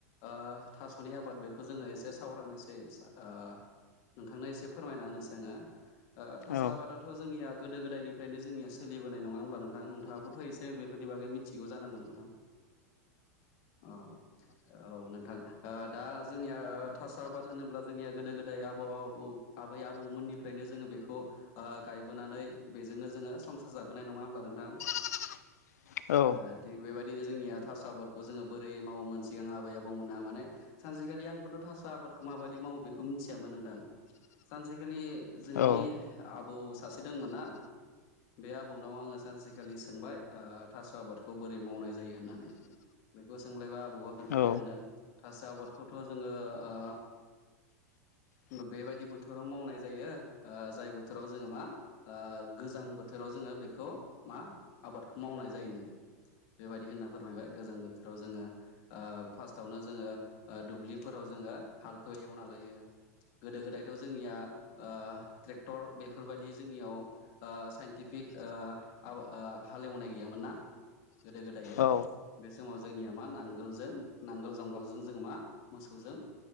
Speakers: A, on the left; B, on the left.
A: ओ थास'नि आबाद बेखौ जोङो एसे सावरायनोसै। ओ नोंथांनो एसे फोरमायना होनोसै आङो। ओ थास'
B: औ
A: आबादाथ' जोंनिया गोदो -गोदायनिफ्रायनो जोंनिया सोलिबो होननाय नङा होनोमब्ला नोंथां नोंथाङाबोथ' एसे बेफोरनि बागै मिथिगौ जानांगौ नोंथां? औ औ नोंथां। ओ दा जोंनिया थास आबाद होनोब्ला जोंनिया गोदो गोदाय आबौ आबौ आबै आबौमोननिफ्रायनो जोङो बेखौ ओ गायबोनानै बेजोंनो जोङो संसार जाबोनाय नङा होमब्ला नोंथां?
B: <inaudible> औ
A: ओ थिग बेबायदिनो जोंनिया थास' आबादखौ जोङो बोरै मावोमोन सिगां आबै -आबौमोनहा माने सानसेखालि आंबोथ' थास' आबादखौ माबायदि मावो बेखौ मिथियामोन नोंथां। सानसेखालि जोंहानि
B: औ
A: आबौ सासे दोंमोन ना बे आबौनाव आङो सानसेखालि सोंबाय ओ थास' आबादखौ बोरै मावनाय जायो होननानै। बेखौ सोंलायबा आबौआ खोन्थाबाय
B: औ
A: आंनो थास' आबादखौथ' जोङो ओ
B: लांदां
A: ओ बेबायदि बोथोराव मावनाय जायो ओ जाय बोथोराव जोङो मा ओ गोजां बोथोराव जों ङो बेखौ मा आबादखौ मावनाय जायोनो बेबायदि होनना मायबाय गोजां बोथोराव जोङो ओ फास्टावनो जोङो ओ दुब्लिफोराव जोङो हालखौ एवना लायो गोदो गोदायथ' जोंनिया ओ ट्रेक्टर बेफोरबायदि जोंनियाव ओ साइनटिफि ओ ओ हालेवनाय गैयामोन ना गोदो गोदाय
B: औ
A: बे समाव जोंनिया मा नांगोलजों नांगोल जुंगालजों जोङो मा मोसौजों